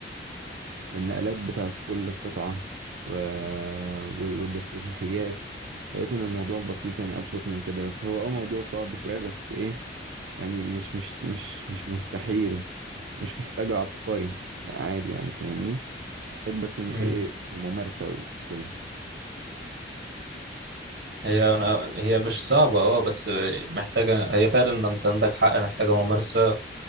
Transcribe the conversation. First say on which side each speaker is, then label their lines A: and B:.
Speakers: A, on the right (about 80°); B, on the right (about 60°).
A: والنقلات بتاعت كل قطعة و... و- والافتتاحيات لقيت إن الموضوع بسيط يعني أبسط من كده بس هو اه موضوع صعب شوية بس إيه يعني مش مش مش مش مستحيل مش محتاج عبقري لا عادي يعني فاهمني محتاج بس إن
B: مم.
A: أنت إيه ممارسة وكده
B: هي أنا هي مش صعبة اه بس محتاجة هي فعلا انت عندك حق محتاجة ممارسة